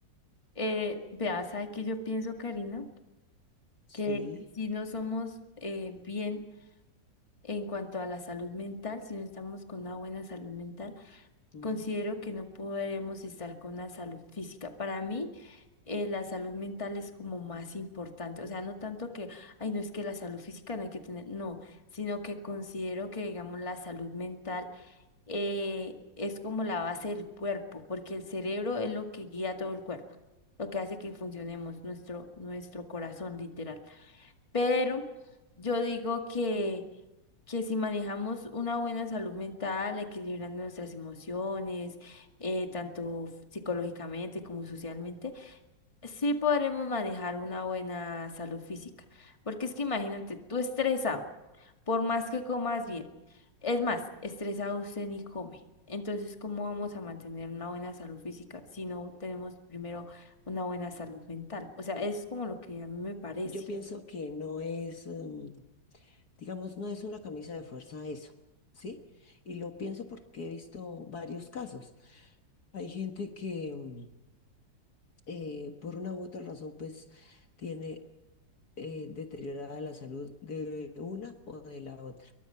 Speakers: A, on the left (about 15°); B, on the left (about 55°).
A: Eh, vea, ¿sabe qué yo pienso, Karina?
B: Sí.
A: Que si no somos eh, bien en cuanto a la salud mental, si no estamos con una buena salud mental,
B: mm.
A: considero que no podremos estar con la salud física. Para mí, eh, la salud mental es como más importante. O sea, no tanto que, ay, no es que la salud física no hay que tener, no, sino que considero que, digamos, la salud mental eh, es como la base del cuerpo, porque el cerebro es lo que guía todo el cuerpo, lo que hace que funcionemos, nuestro, nuestro corazón, literal. Pero yo digo que... que si manejamos una buena salud mental, equilibrando nuestras emociones, eh, tanto psicológicamente como socialmente, sí podremos manejar una buena salud física, porque es que imagínate, tú estresado, por más que comas bien, es más, estresado usted ni come. Entonces, ¿cómo vamos a mantener una buena salud física si no tenemos primero una buena salud mental? O sea, es como lo que a mí me parece.
B: Yo pienso que no es, mm, digamos, no es una camisa de fuerza eso, ¿sí? Y lo pienso porque he visto varios casos. Hay gente que mm, eh, por una u otra razón, pues tiene eh, deteriorada la salud de una o de la otra.